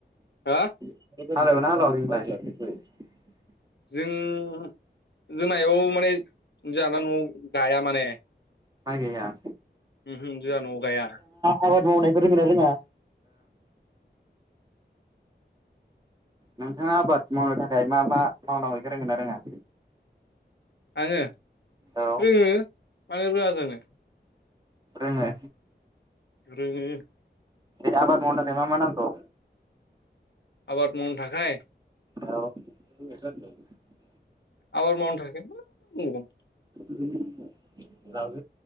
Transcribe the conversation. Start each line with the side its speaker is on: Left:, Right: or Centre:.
Left: हो
Right: हालेवदोंना हालेवाखै नोंलाय?
Left: जों जों आयौ माने जानला न'आव गाया माने।
Right: माय गाया।
Left: उमहो जोंहा न'याव गाया।
Right: आबाद मावनायखौ रोंङोना रोङा? नोंथाङा आबाद मावनो थाखाय मा मा मावनांगौ इखौ रोंगोन आरो रोङा?
Left: आङो
Right: औ
Left: रोङो मानो रोङा जानो।
Right: रोङो।
Left: रोङो।
Right: दे आबद मावनो थाखाय मा मा नांगौ?
Left: आबाद मावनो थाखाय
Right: <unintelligible>
Left: आबाद मावनो थाखाय मा मा नांबावगोन।
Right: उ